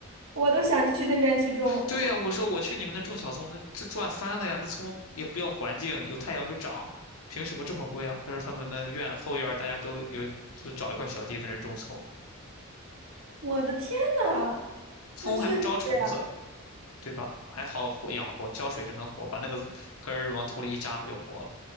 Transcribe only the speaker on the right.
我都想去那边去种了。
我的天呐，
那确实啊